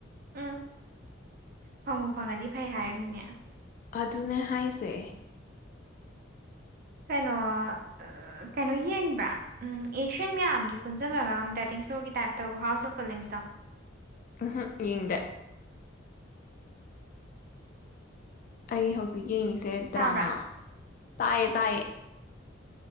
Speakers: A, on the right; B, on the left.
A: ꯎꯝ ꯐꯪꯉꯨ ꯐꯪꯉꯗꯤ ꯐꯩ ꯍꯥꯏꯔꯝꯅꯤꯅꯦ
B: ꯑꯗꯨꯅꯦ ꯍꯥꯏꯁꯦ
A: ꯀꯩꯅꯣ ꯑ ꯀꯩꯅꯣ ꯌꯦꯡꯕ꯭ꯔꯥ ꯑꯦꯁꯤꯌꯥꯟ ꯃꯌꯥꯝꯒꯤ ꯄꯨꯟꯖꯟꯂꯒ ꯑꯃ ꯗꯥꯏꯇꯤꯡ ꯏꯁꯇꯣꯔꯒꯤ ꯇꯥꯏꯞ ꯇꯧꯕ ꯍꯥꯎꯁ ꯑꯣꯐ ꯐꯤꯂꯤꯡꯁ ꯇꯣ
B: ꯎꯝꯍꯣ ꯌꯦꯡꯗꯦ ꯑꯩ ꯍꯧꯖꯤꯛ ꯌꯦꯡꯉꯤ ꯁꯦ ꯗ꯭ꯔꯃꯥ
A: ꯇꯥꯕ꯭ꯔꯥ
B: ꯇꯥꯏꯌꯦ ꯇꯥꯏꯌꯦ